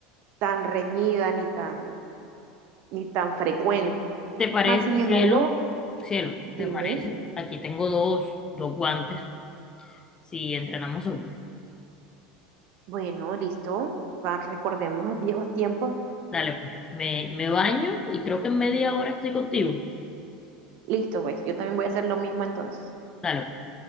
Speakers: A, on the right; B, on the left.
A: tan reñida ni tan, ni tan frecuente.
B: ¿te parece,
A: Más sin embargo,
B: cielo? Cielo,
A: dime,
B: ¿te parece? Aquí tengo dos, dos guantes, si entrenamos hombres.
A: bueno, listo, pa- recordemos los viejos tiempos.
B: Dale, pues, me, me baño y creo que en media hora estoy contigo.
A: Listo, pues, yo también voy a hacer lo mismo entonces.
B: Dale, pues.